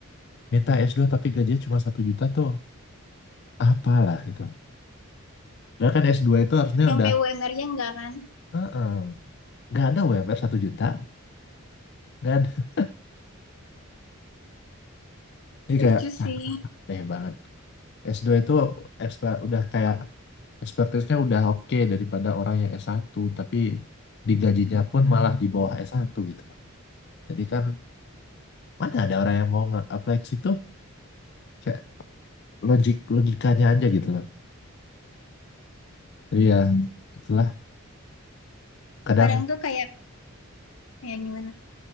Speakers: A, on the left; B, on the left.
A: minta s dua tapi gajinya cuma satu juta tuh apalah gitu Padahal kan s dua itu harusnya
B: Yang
A: udah
B: PUMR-nya nggak kan?
A: "Heeh, nggak ada UMR satu juta nggak ada ini
B: Lucu
A: kayak
B: sih.
A: ah aneh banget s dua itu ekspa- udah kayak Expertise-nya udah oke daripada orang yang s satu tapi digajinya pun malah di bawah s satu gitu loh. Jadi kan mana ada orang yang mau nge-apply ke situ? Kayak logik logikanya aja gitu loh. Jadi ya itulah kadang
B: Kadang tuh kayak ya gimana